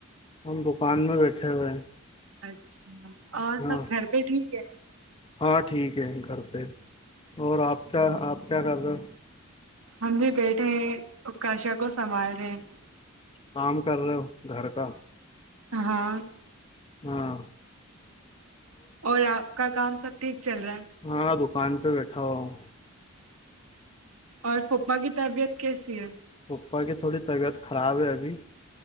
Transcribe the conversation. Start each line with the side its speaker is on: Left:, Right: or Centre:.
Left: ہم دکان میں بیٹھے ہوئے ہیں
Right: اچھا اور
Left: ہاں
Right: سب گھر پہ ٹھیک ہے
Left: ہاں ٹھیک ہے گھر پہ اور آپ کیا آپ کیا کر رہے ہو
Right: ہم بھی بیٹھے ہیں اکاشا کو سنبھال رہے ہیں
Left: کام کر رہے ہو گھر کا
Right: ہاں
Left: ہاں
Right: اور آپ کا کام سب ٹھیک چل رہا ہے
Left: ہاں دکان پہ بیٹھا ہوا ہوں
Right: اور پھوپا کی تبیعت کیسی ہے
Left: پھپوپپا کی تھوڑی طبیعت خراب ہے ابھی